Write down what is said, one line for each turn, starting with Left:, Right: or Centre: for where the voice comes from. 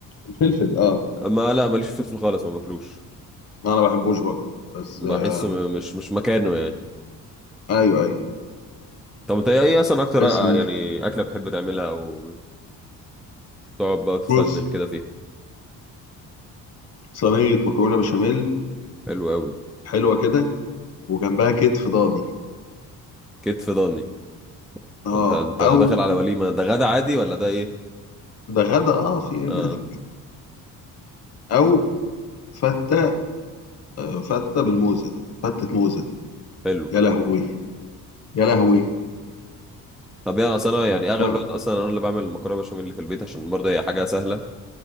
Left: الفلفل اه
Centre: ما لا ماليش في الفلفل خالص ما باكلوش
Left: انا ما انا بحبوش برضه بس
Centre: بحسه
Left: آه
Centre: م- مش مش مكانه يعني
Left: ايوه ايوه
Centre: طب انت ايه اصلا اكتر
Left: بس
Centre: آه،
Left: ماشي.
Centre: يعني اكله بتحب تعملها وتقعد بقى وتفنن
Left: بص
Centre: كده فيها
Left: صينية مكرونة بشاميل
Centre: حلو قوي
Left: حلوة كده وجنبها كتف ضاني
Centre: كتف ضاني
Left: اه
Centre: انت انت
Left: او
Centre: داخل على وليمه ده غدا عادي ولا ده ايه
Left: ده غدا اه في ايه
Centre: اه
Left: مالك او فتة آه فتة بالموزة فتة موزة
Centre: حلو
Left: يا لهوي يا لهوي
Centre: طب يعني اصل انا يعني اغلب
Left: لا
Centre: الوقت اصلا انا اللي بعمل المكرونه بشاميل اللي في البيت عشان برضه هي حاجه سهله